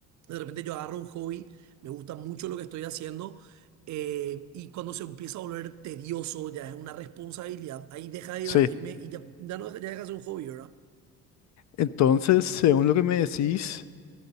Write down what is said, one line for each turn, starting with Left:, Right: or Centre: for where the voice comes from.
Right: de repente yo agarro un hobby, me gusta mucho lo que estoy haciendo eh, y cuando se empieza a volver tedioso, ya es una responsabilidad, ahí deja de divertirme
Left: sí.
Right: y ya, ya no deja, ya deja de ser un hobby, ¿verdad?
Left: Entonces, según lo que me decís,